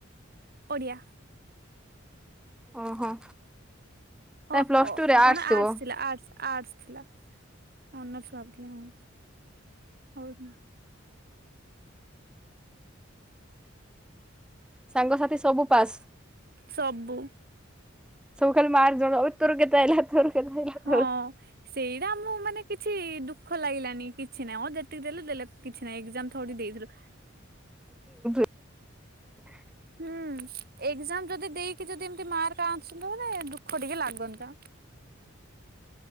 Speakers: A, on the right; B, in the centre.
A: ଓଡ଼ିଆ।
B: ଓହୋ।
A: ହ
B: ନାଇଁ ପ୍ଲସ
A: ଓ
B: ଟୁ ରେ
A: କଣ
B: ଥିବ
A: ଆର୍ଟସ୍ ଥିଲା ଆର୍ଟସ୍। ଆର୍ଟସ୍ ଥିଲା ଅନର୍ସ ଭାବୁଥିଲି ହଁ ହଉ।
B: ସାଙ୍ଗସାଥି ସବୁ ପାସ୍।
A: ସବୁ।
B: ସବୁ ଖାଲି ମାର୍କ ଜଣାଅ ତୋର କେତେ ଆଇଲା ତୋର କେତେ ଆଇଲା
A: ହଁ
B: ତୋର
A: ସେଇଟା ଆମ ମାନେ କିଛି କିଛି ଦୁଃଖ ଲାଗିଲାନି କିଛି ନାହିଁ ଆଉ ଯେତିକି ଦେଲେ ଦେଲେ କିଛି। ନା ଏକ୍ଜାମ ଥୋଡି ଦେଇଥିଲୁ।
B: <inaudible>
A: ହୁଁ ଏକ୍ଜାମ ଯଦି ଦେଇକି ଯଦି ଏମତି ମାର୍କ ଆଣସନ୍ ମାନେ ଦୁଃଖ ଟିକେ ଲାଗନ୍ତା। <inaudible>